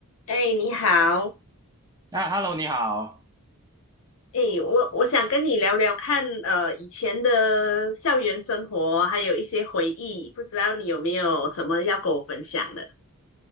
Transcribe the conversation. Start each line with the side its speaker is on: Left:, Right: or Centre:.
Left: 哎，你好，
Right: 啊，Hello，你好。
Left: 哎，我我想跟你聊聊看，呃，以前的校园生活，还有一些回忆，不知道你有没有什么要跟我分享的